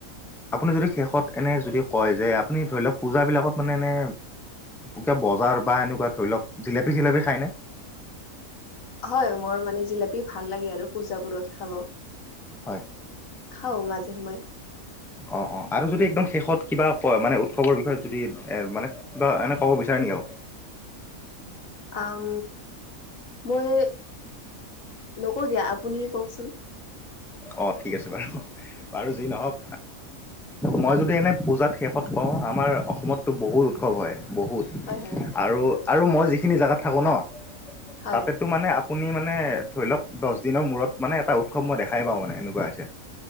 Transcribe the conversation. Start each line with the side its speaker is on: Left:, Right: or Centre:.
Centre: আপুনি যদি শেষত এনে যদি কয় যে আপুনি ধৰি লওঁক পূজাবিলাকত মানে এনে কিয় বজাৰ বা এনেকুৱা ধৰি লওক- জিলাপী জিলাপী খায়নে।
Left: হয় মোৰ মানে জিলাপী, ভাল লাগে। আৰু পূজাবোৰত খাব।
Centre: হয়।
Left: খাওঁ মাজে সময়ে
Centre: অঁ অঁ আৰু যদি একদম শেষত কিবা ক মানে উৎসৱৰ, বিষয়ে যদি এ মানে- বা এনেই কব বিচাৰে নেকি আকৌ?
Left: উম মই নকওঁ দিয়া আপুনি কওকচোন-
Centre: অ ঠিক আছে বাৰু বাৰু যি নহওক মই যদি এনে পূজাত শেষত কওঁ আমাৰ অসমত টো বহুত উৎসৱ, হয় বহুত।
Left: হয়, হয়,
Centre: আৰু আৰু মই যিখিনি জাগাত থাকো ন
Left: হয়,
Centre: তাতে- টো মানে আপুনি মানে ধৰি লওক দহ দিনৰ মূৰত মানে এটা উৎসৱ মই দেখা- খাই পাওঁ মানে এনেকুৱা হৈছে,